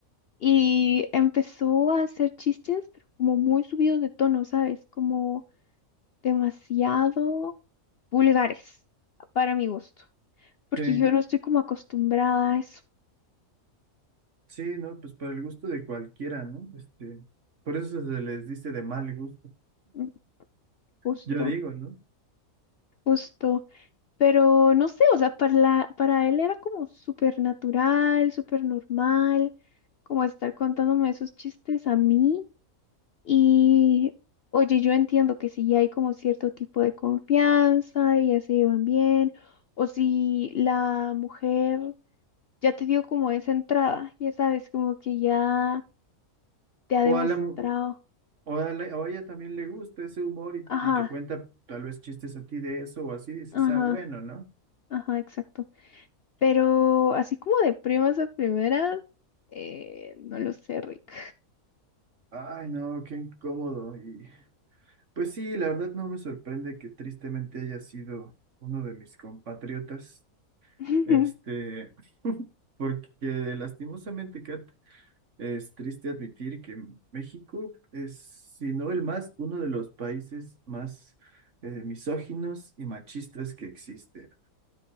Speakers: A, on the left; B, on the right.
A: y empezó a hacer chistes, pero como muy subidos de tono, ¿sabes? Como demasiado vulgares para mi gusto, porque
B: Sí,
A: yo no estoy como acostumbrada a eso,
B: sí, no, pues para el gusto de cualquiera, ¿no? Este, por eso se les dice de mal gusto,
A: Mm, justo,
B: yo digo, ¿no?
A: justo. Pero no sé, o sea, para, la- para él era como súper natural, súper normal, como estar contándome esos chistes a mí. Y oye, yo entiendo que si hay como cierto tipo de confianza y ya se llevan bien, o si la mujer ya te dio como esa entrada, ya sabes, como que ya te ha
B: O
A: demostrado.
B: a la, mu- o a la- o a ella también le gusta ese humor y,
A: Ajá,
B: y te cuenta tal vez chistes a ti de eso o así, dices,
A: ajá,
B: ah, bueno, ¿no?
A: ajá, exacto. Pero así como de primas a primeras, eh, no lo sé, Rick.
B: Ay, no, qué incómodo y Pues sí, la verdad no me sorprende que tristemente haya sido uno de mis compatriotas,
A: <laughs>
B: este, porque lastimosamente, Kat, es triste admitir que México es, si no el más, uno de los países más eh, misóginos y machistas que existe.